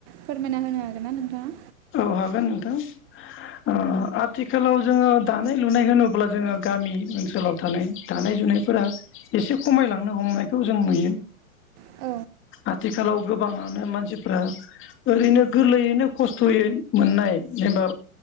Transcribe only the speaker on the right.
फोरमायना होनो हागोन ना नोंथाङा
उम